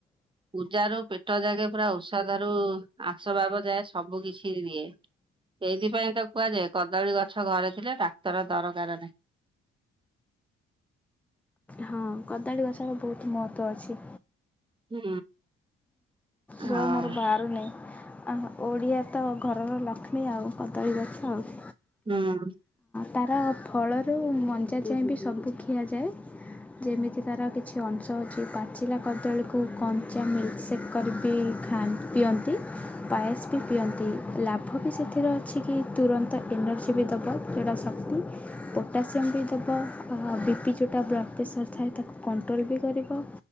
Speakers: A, on the right (about 15°); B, in the centre.
A: ପୂଜା ରୁ ପେଟ ଯାକେ ପୁରା ଓଷାଦା ରୁ ଆସବାବ ଯାଏ ସବୁ କିଛି ଦିଏ। ସେଇଥିପାଇଁ ତ କୁହାଯାଏ କଦଳୀ ଗଛ ଘରେ ଥିଲେ ଡାକ୍ତର ଦରକାର ନାହିଁ।
B: ହଁ। ହଁ କଦାଳୀ ଗଛର ବହୁତ୍ ମହତ୍ତ୍ଵ ଅଛି।
A: ହୁଁ।
B: ରୁଅ
A: ହଁ
B: ମୋର ଭାଆରୁ ନେଇ। ଆଃ ଓଡ଼ିଆ ତ ଘରର ଲକ୍ଷ୍ମୀ ଆଉ କଦଳୀ ଗଛ ଆଉ।
A: ହୁଁ।
B: ତାର ଫଳରୁ ମଞ୍ଜା ଯାଏଁ ବି ସବୁ ଖିଆଯାଏ। ଯେମିତି ତାର କିଛି ଅଂଶ ଅଛି ପାଚିଲା କଦଳୀକୁ କଞ୍ଚା ମିଲ୍କ ସେପ କରିବ। ପିଇ ଖାଇ ପିଅନ୍ତି। ପାଏସ୍ ବି ପିଅନ୍ତି ଲାଭ ବି ସେଥିରେ ଅଛି କି ତୁରନ୍ତ ଏନର୍ଜି ବି ଦବ ଯଉ ଟା ସତ ପୋଟାସିୟମ୍ ବି ଦବ ଅହ ବିପି ଯଉଟା ବ୍ଲଡ଼ ପ୍ରେସର ଥାଏ ତାକୁ କଣ୍ଟ୍ରୋଲ୍ ବି କର ରିବ